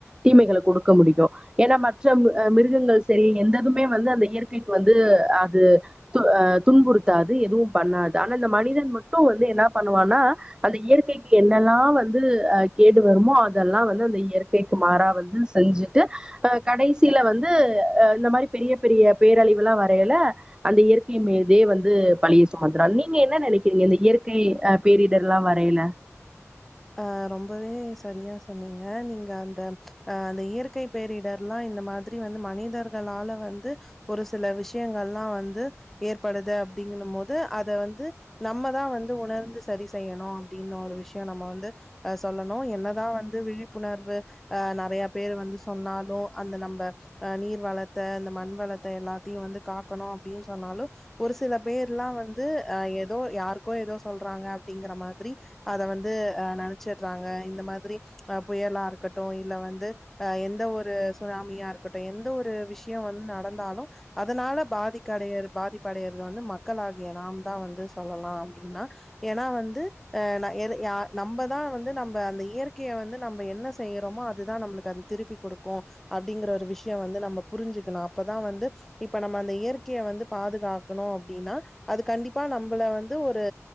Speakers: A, on the right (about 15°); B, in the centre.
A: தீமைகளை கொடுக்க முடியும் ஏன்னா மற்ற மிருகங்கள் சரி எந்ததுமே வந்து அந்த இயற்கைக்கு வந்து அது அ துன்புறுத்தாது எதுவும் பண்ணாது ஆனா இந்த மனிதன் மட்டும் வந்து என்ன பண்ணுவானா அந்த இயற்கைக்கு என்னெல்லாம் வந்து அ கேடு வருமோ அதெல்லாம் வந்து அந்த இயற்கைக்கு மாறா வந்து செஞ்சுட்டு அ கடைசியில வந்து இந்த மாரி பெரிய பெரிய பேரழிவுலாம் வரையல அந்த இயற்கை மீதே வந்து பழிய ம்ச நீங்க என்ன நினைக்கிறீங்க இந்த இயற்கை அ பேரிடர் எல்லா வரையில
B: அ ரொம்பவே சரியா சொன்னீங்க நீங்க அந்த அ அந்த இயற்கை பேரிடர்ல்லா இந்த மாரி வந்து மனிதர்களால வந்து ஒரு சில விஷயங்கல்லா வந்து ஏற்படுது அப்பிடிங்கனு போது அத வந்து நம்மதா வந்து உணர்ந்து சதி செய்யணும் அப்பிடின்னு ஒரு விஷய நம்ம வந்து வந்து சொல்லணு என்னதா வந்து விழிப்புணர்வு அ நெறைய பேர் வந்து சொன்னாலு அந்த நம்ம அ நீர் வளத்த அந்த மண் வளத்த எல்லாத்தையு வந்து காக்கணு அப்பிடின்னு சொன்னாலு ஒரு சில பேர் எல்லா வந்து அ ஏதோ யாருக்கோ ஏதோ சொல்றாங்க அப்பிடிங்கிற மாதிரி அத வந்து நினைச்சடுறாங்க இந்த மாரி அ புயலா இருக்கட்டு இல்ல வந்து அஹ எந்த ஒரு சுனாமியா இருக்கட்டு எந்த ஒரு விஷய வந்து நடந்தாலு அதனால பாதிக்கடைய பாதிப்படையறது வந்து மக்களாகிய நாம் தான் வந்து சொல்லலா அப்பிடின்னா ஏன்னா வந்து அ யா நம்பதா வந்து நம்ப அந்த இயற்கைய வந்து நம்ப என்ன செய்யுறோமோ அதுதான் நம்மளுக்கு அது திருப்பி கொடுக்கு அப்பிடிங்கிற ஒரு விஷய வந்து நம்ப புரிஞ்சுக்கணு அப்பதா வந்து இப்ப நம்ப அந்த இயற்கைய வந்து பாதுகாக்கணு அப்பிடின்னா அது கண்டிப்பா நம்பள வந்து ஒரு